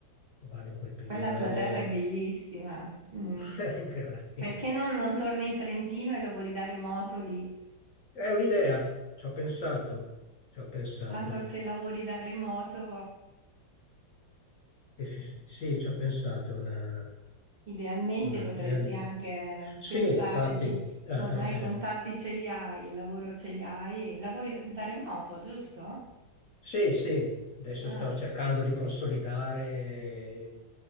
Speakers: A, on the left; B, on the right.
A: vado in quel periodo
B: Poi la tua
A: ed è...
B: terra è bellissima. mm.
A: <laughs> Grazie.
B: Perché non, non torni in Trentino e lavori da remoto lì?
A: È un'idea, ci ho pensato, ci ho pensato.
B: Tanto se lavori da remoto
A: Sì, sì, sì, sì, ci ho pensato. Una,
B: Idealmente
A: una-
B: potresti
A: è un-
B: anche
A: Sì,
B: pensare
A: infatti,
B: di,
A: eh, eh,
B: ormai i contatti
A: eh.
B: ce li hai, il lavoro ce li hai, lavori da remoto, giusto?
A: Sì, sì, adesso
B: Ah,
A: sto cercando di consolidare